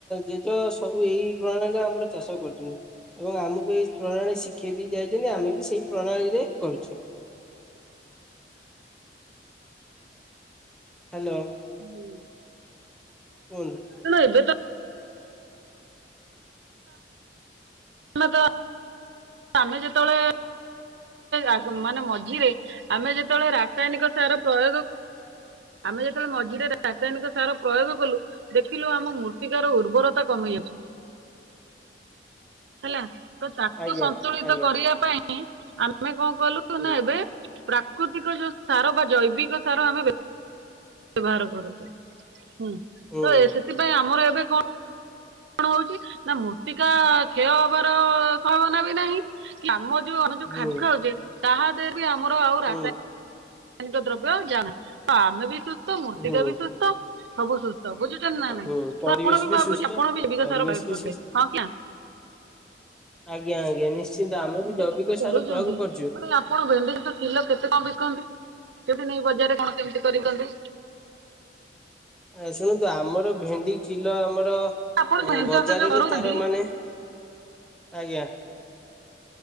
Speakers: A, in the centre; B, on the right.
A: ଜେଜ ସବୁ ଏଇ ପ୍ରଣାଳୀରେ ଆମର ଚାଷ କରୁଛନ୍ତି। ଏବଂ ଆମକୁ ଏଇ ପ୍ରଣାଳୀ ଶିଖେଇ ଦେଇ ଯାଇଛନ୍ତି ଆମେ ବି ସେଇ ପ୍ରଣାଳୀରେ କରୁଛେ। ହ୍ୟାଲୋ
B: ହୁଁ
A: କୁହନ୍ତୁ
B: ରଣ ଏବେ ତ ମତ ଆମେ ଯେତେବେଳେ ଆ ମାନେ ମଝିରେ ଆମେ ଯେତେବେଳେ ରାସାୟନିକ ସାର ପ୍ରୟୋଗ। ଆମେ ଯେତେବେଳେ ମଝିରେ ରାସାୟନିକ ସାର ପ୍ରୟୋଗ କଲୁ ଦେଖିଲୁ ଆମ ମୁ। ପ୍ରତିକାର ଉର୍ବରତା କମେଇ ବ। ହେଲା ତ ତାକୁ
A: ଆଜ୍ଞା
B: ସନ୍ତୁଳିତ
A: ଆଜ୍ଞା
B: କରିବା ପାଇଁ ଆମେ କଣ କଲୁ
A: ହୁଁ
B: ନା ଏବେ। ପ୍ରାକୃତିକ ଯୋଉ ସାର ବା ଜୈବିକ ସାର ଆମେ ବ୍ୟବ? ବ୍ୟବହାର କରୁଛେ ହୁଁ
A: ହୁଁ
B: ତ ସେଥିପାଇଁ ଆମର ଏବେ କଣ। କଣ ହଉଛି ନା ମୃତ୍ତିକା କ୍ଷୟ ହବାର ସମ୍ଭାବନା ବି ନାହିଁ। ଆମ ଯୋଉ ଆମେ ଯୋଉ
A: ହୁଁ
B: ଖାଦ୍ ଖାଉଛେ ତାହା ଦେହରେ ବି ଆମର ଆଉ
A: ହୁଁ
B: ରାସା? ରାସାୟନିକ ଦ୍ରବ୍ୟ ଜାଣ ତ ଆମେ ବି ସୁସ୍ଥ ମୃର୍ତ୍ତିକା
A: ହୁଁ
B: ବି ସୁସ୍ଥ ସବୁ ସୁସ୍ଥ। ତ ବୁଝୁଛନ୍ତି ନା ନାଇଁ
A: ହୁଁ ପରିବେଶ
B: ତ ଆପଣ ବି ଭାବୁଛି
A: ସୁସ୍ଥ
B: ଆପଣ ବି ଜୀବିକାର
A: ପରିବେଶ
B: ପ୍ରୟୋଗ
A: ବି
B: କରିବେ
A: ସୁସ୍ଥ
B: ହଁ କି ନା।
A: ଆଜ୍ଞା ଆଜ୍ଞା ନିଶ୍ଚିନ୍ତ ଆମେ ବି ଜୈବିକ
B: ଭେଣ୍ଡି ଚାଷ କରୁଛନ୍ତି
A: ସାର ପ୍ରୟୋଗ କରୁଛୁ।
B: ମାନେ ଆପଣ ଭେଣ୍ଡି ଚା। କିଲୋ କେତେ କଣ ବିକନ୍ତି। କେଉଁଠି ଉଠି ନେଇ ବଜାରରେ କଣ କେମିତି କରି ବିକନ୍ତି।
A: ଆସନ୍ତୁ ଆମର ଭେଣ୍ଡି କିଲୋ ଆମର।
B: ଆପଣ ଯୋଉ
A: ଓ
B: ଭେଣ୍ଡି
A: ବଜାରରେ
B: ଚାଷ ଯୋଉ କରୁଛନ୍ତି
A: ତାର ମାନେ ଆଜ୍ଞା।